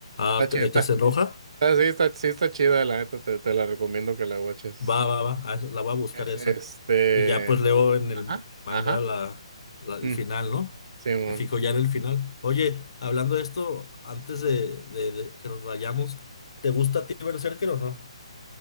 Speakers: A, on the left; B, on the right.
A: Ah,
B: está chida,
A: de
B: está,
A: que se enoja.
B: está- sí, está, sí está chida, la neta, te, te la recomiendo que la watches,
A: Va, va, va. Ah, esa- la voy a buscar
B: Es-
A: esa.
B: este,
A: Y ya pues leo en el,
B: ajá,
A: en el manga
B: ajá,
A: la, la- el
B: mm,
A: final, ¿no?
B: Simón,
A: Me fijo ya en el final. Oye, hablando de esto, antes de, de- de que nos vayamos, ¿te gusta a ti Berserker o no?